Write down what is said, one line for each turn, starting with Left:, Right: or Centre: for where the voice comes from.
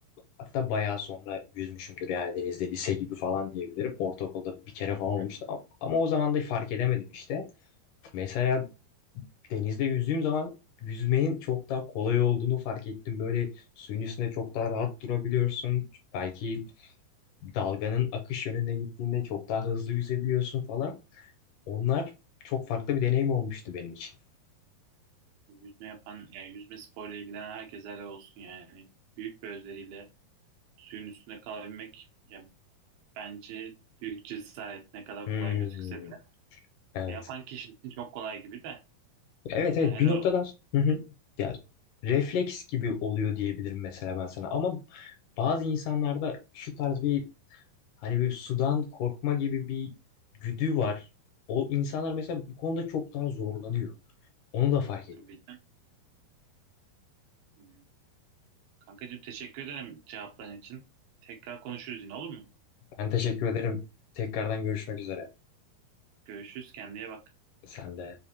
Left: Hatta bayağı sonra yüzmüşümdür yani denizde lise gibi falan diyebilirim. Ortaokulda bir kere
Right: Hı
Left: falan olmuştu
Right: hı.
Left: ama, ama o zaman da fark edemedim işte. Mesela denizde yüzdüğüm zaman yüzmenin çok daha kolay olduğunu fark ettim. Böyle suyun üstünde çok daha rahat durabiliyorsun. Belki dalganın akış yönüne gittiğinde çok daha hızlı yüzebiliyorsun falan. Onlar çok farklı bir deneyim olmuştu benim için.
Right: Yüzme yapan, yani yüzme sporuyla ilgilenen herkese helal olsun yani. Büyük bir özveriyle suyun üstünde kalabilmek yani bence büyük cesaret ne kadar
Left: Hmm,
Right: kolay gözükse de.
Left: evet.
Right: E, yapan kişi için çok kolay gibi de.
Left: Evet evet
Right: Yani helal
Left: bir noktadan
Right: olsun
Left: s- hı hı. Yani refleks gibi oluyor diyebilirim mesela ben sana ama bazı insanlarda şu tarz bir hani bir sudan korkma gibi bir güdü var. O insanlar mesela bu konuda çok daha zorlanıyor. Onu da fark ettim.
Right: tabii ki. Hmm. Kankacığım teşekkür ederim cevapların için. Tekrar konuşuruz yine olur mu?
Left: Ben teşekkür ederim. Tekrardan görüşmek üzere.
Right: Görüşürüz kendine bak.
Left: Sen de.